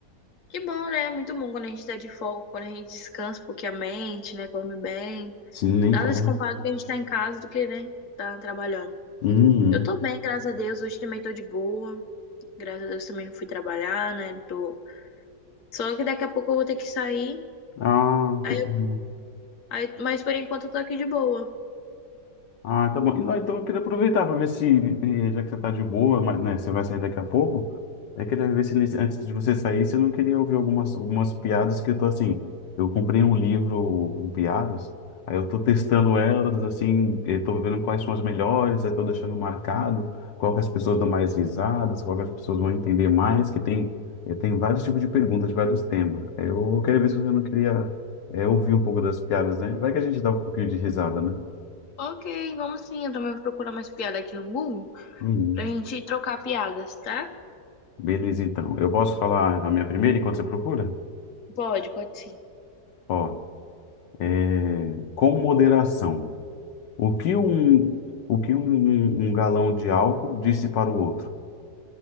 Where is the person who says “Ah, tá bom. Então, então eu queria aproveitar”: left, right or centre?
Left